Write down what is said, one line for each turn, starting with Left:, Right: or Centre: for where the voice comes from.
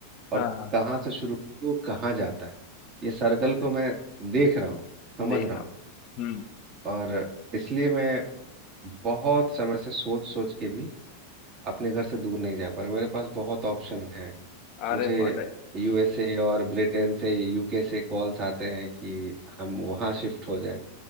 Right: और
Left: हाँ हाँ
Right: कहाँ से शुरू होती है, वो कहाँ जाता है ये सर्कल
Left: सही
Right: को मैं देख रहा हूँ समझ
Left: देख
Right: रहा
Left: रहा
Right: हूँ
Left: हूँ हम्म
Right: और इसलिए मैं बहुत समय से सोच सोच के भी अपने घर से दूर नहीं जा पा रहा मेरे पास बहुत ऑप्शन है
Left: अरे
Right: मुझे
Left: अरे
Right: यूएसए और ब्रिटेन से यूके से कॉल्स आते हैं कि हम वहाँ शिफ्ट हो जाएं